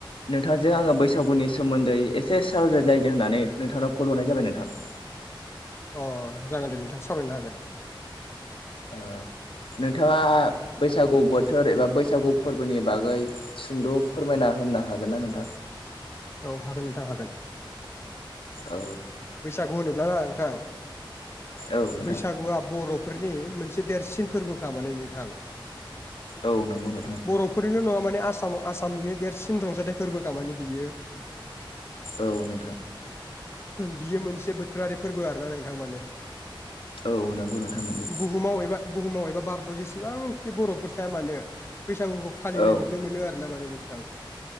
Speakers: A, on the left; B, on the left.
A: नोंथांजों आङो बैसागुनि सोमोन्दै एसे सावरायलायनो होननानै नोंथांनाव कल हरनाय जाबाय नोंथां। <inaudible>
B: अ जागोन दे नोंथां सावरायनो हागोन।
A: ओ नोंथाङा बैसागु बोथोर एबा बैसागु फोरबोनि बागै सुंद' फोरमायना होनो हागोन ना नोंथां? <inaudible>
B: औ हागोन नोंथां हागोन।
A: औ
B: बैसागु होनोब्ला ना नोंथां
A: औ नोंथां
B: बैसागुआ बर'फोरनि मोनसे देरसिन फोरबोखा माने नोंथां।
A: औ नंगौ नोंथां
B: बर'फोरनिल' नङा माने आ साम आसामनिनो देरसिन रंजाथाइ फोरबोखा माने बेयो।
A: औ नोंथां।
B: बियो मोनसे बोथोरारि फोरबो आरोना नोंथां माने।
A: औ नंगौ नोंथां नंगौ।
B: बुहुमाव एबा बुहुमाव एबा भारताव जेसेबांखि बर'फोर थाया मानो बैसागुखौ फालिनाय
A: औ
B: नुनो मोनो आरोना माने नोंथां,